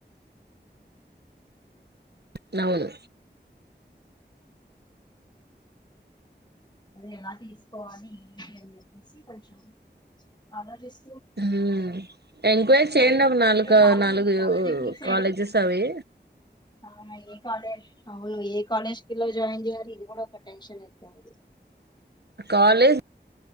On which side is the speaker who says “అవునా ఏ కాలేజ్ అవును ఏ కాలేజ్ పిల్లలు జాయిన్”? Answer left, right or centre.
Left